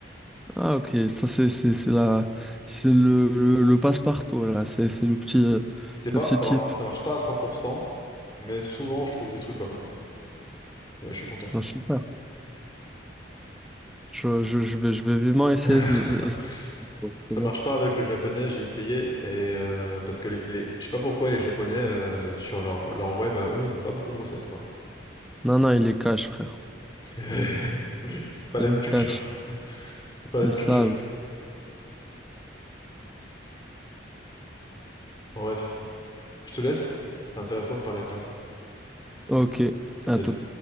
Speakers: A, in the centre; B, on the left.
A: Ah, ok. Ça, c'est, c'est, c'est la, c'est le, le, le passe-partout, là. C'est, c'est le petit, euh,
B: C'est pas,
A: le petit
B: ça
A: type.
B: mar- ça marche pas à cent pour cent. mais souvent, je trouve des trucs pas mal. Et là, je suis content.
A: Ah, super. Je, je, je vais, je vais vivement essayer.
B: <laughs>
A: ce- essayer ce
B: Ça
A: projet.
B: marche pas avec le japonais, j'ai essayé, et euh, parce que les, les- je sais pas pourquoi les japonais, euh, sur leur, leur web à eux, ils ont pas beaucoup de recettes, quoi.
A: Non, non, il est cash, frère.
B: <laughs> C'est pas la
A: Il
B: même
A: est
B: culture.
A: cash.
B: C'est pas la
A: Ils
B: même culture.
A: savent.
B: Bref. Je te laisse. C'était intéressant de parler avec toi.
A: Ok. À
B: Salut.
A: tout.